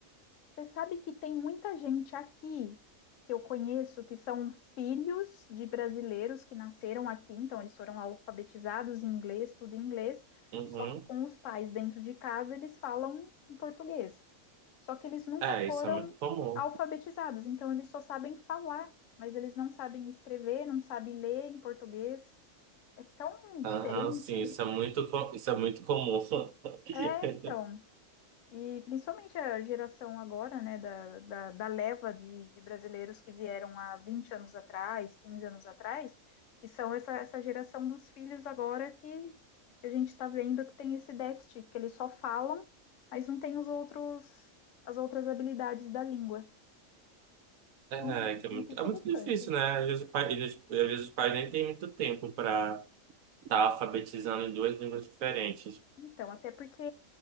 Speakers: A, on the left; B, on the right.
A: você sabe que tem muita gente aqui que eu conheço que são filhos de brasileiros que nasceram aqui, então eles foram alfabetizados em inglês, tudo em inglês,
B: Uhum.
A: só que com os pais dentro de casa eles falam em português. Só que eles nunca
B: É,
A: foram
B: isso é muito comum.
A: alfabetizados, então eles só sabem falar, mas eles não sabem escrever, não sabem ler em português. É tão diferente.
B: Aham, sim, isso
A: <laughs>
B: é muito, co- isso é muito comum. <laughs>
A: É, então. E principalmente a geração agora, né, da, da, da leva de, de brasileiros que vieram há 20 anos atrás, 15 anos atrás, que são essa, essa geração dos filhos agora que a gente está vendo que tem esse déficit, que eles só falam, mas não tem os outros, as outras habilidades da língua.
B: É,
A: Muito,
B: que é
A: muito
B: muito,
A: interessante.
B: é muito difícil, né? Às vezes, o pai- eles- às vezes os pais nem têm muito tempo para estar alfabetizando em duas línguas diferentes.
A: Então, até porque,